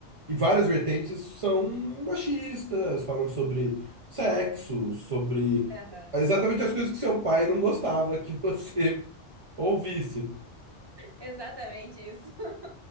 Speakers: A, on the right; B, on the right.
A: e várias vertentes são machistas, falam sobre sexo, sobre
B: Aham.
A: exatamente as coisas que seu pai não gostava que você <laughs> ouvisse.
B: Exatamente isso. <laughs>